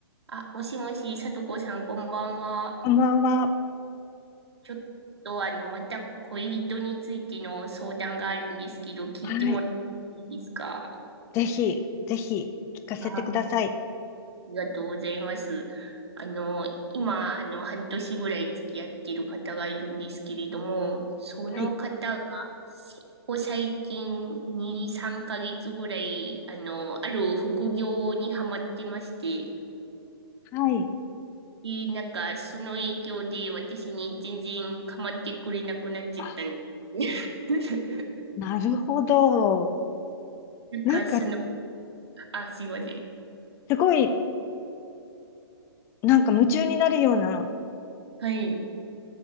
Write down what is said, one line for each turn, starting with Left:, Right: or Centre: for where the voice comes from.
Right: あ、もしもし、さとこさん、こんばんは。
Left: こんばんは。
Right: ちょっと、あの、また恋人についての相談があるんですけど、聞いてもらっていいですか
Left: はい。ぜひ、ぜひ、聞かせてください。
Right: あ、ありがとうございます。あの、今、あの、半年ぐらい付き合っている方がいるんですけれども、その方が、
Left: はい。
Right: せここ最近2、3ヶ月ぐらい、あの、ある副業にハマってまして、
Left: はい。
Right: えーなんか、その影響で私に全然構ってくれなくなっちゃったん
Left: あ、
Right: ですね。<laughs>
Left: なるほど。
Right: なんか、
Left: なんか、
Right: その、あ、すいません。
Left: すごい、なんか夢中になるような
Right: はい。